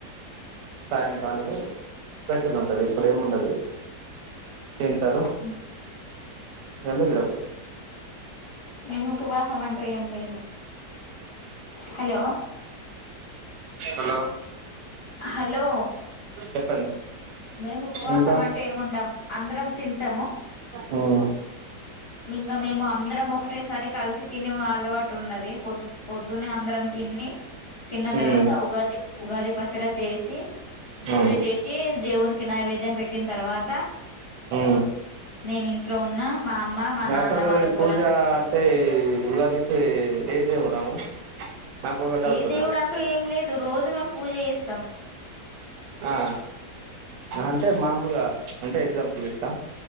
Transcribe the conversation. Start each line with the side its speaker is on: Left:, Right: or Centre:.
Right: సాయంత్రానికి స్పెషల్ ఉంటది ఇప్పుడు ఏమి ఉండదు తింటారు
Left: ఉమ్.
Right: ఇక నిద్రపోతారు
Left: మేము ఉపవాసం ఉంటా ఏం లేదు హలో
Right: హలో
Left: హలో
Right: చెప్పండి
Left: మేము ఉపవాసం
Right: ఇంకా
Left: అంటే ఏముండం అందరం తింటాము
Right: మ్మ్
Left: ఇంకా మేము అందరం ఒకటేసారి కలిసి తినిే అలవాటు ఉన్నది పొద్దు పొద్దునే అందరం తిని తిన్న
Right: మ్మ్
Left: తర్వాత ఉగాది ఉగాది పచ్చడి చేసి పూజ
Right: అవును
Left: చేసి ఇక నైవేద్యం పెట్టిన తర్వాత
Right: ఉమ్
Left: నేను ఇంట్లో ఉన్న మా అమ్మ మా నాన్న
Right: అసలు
Left: వాళ్ళ పొలానికి
Right: పూజా అంటే ఉగాదికి ఏ దేవుడు నాకు ఒక డౌట్
Left: ఏ
Right: ఉన్నది
Left: దేవుడు అంటూ ఏం లేదు రోజు మేము పూజ చేస్తాం స్తాం
Right: ఆ అంటే మాములుగా అంటే ఎగ్జాంపుల్ ఇస్తా